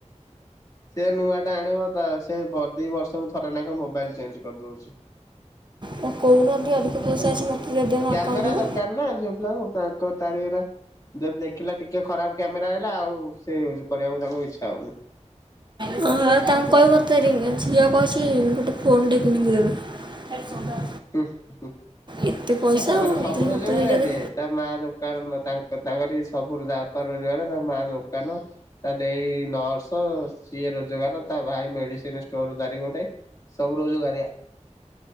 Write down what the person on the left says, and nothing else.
ସେ ନୂଆ ଟା ଆଣିବ ତ ସେ ବ ଦି ବର୍ଷ ଥରେ ନେଖା ମୋବାଇଲ ଚେଞ୍ଜ କରିଦଉଛି।
କ୍ୟାମେରା
ଦରକାର ନା ଝିଅ ପିଲାଙ୍କୁ ତ ଏକର ତାରିଗରା ଯଦି ଦେଖିଲା ଟିକେ ଖରାପ କ୍ୟାମେରା ଆଇଲା ଆଉ ସେ ୟୁଜ କରିବାକୁ ତାକୁ ଇଚ୍ଛା ହଉନି।
ହୁଁ - ହୁଁ।
ତାଙ୍କର
ସବୁ
ରୋଜଗାରିଆ
ଯେ ତା ମା ଦୋକାନ ତାଙ୍କର ତାଙ୍କର ବି ସବୁ ରୋଜ ତା ବାପା ରୋଜଗାର। ତା ମା ଦୋକାନ ତା ଦେଇ ନର୍ସ ସିଏ ରୋଜଗାର ତା ଭାଇ ମେଡିସିନ ଷ୍ଟୋର <unintelligible> ଗୋଟେ ସବୁ ରୋଜଗାରିଆ।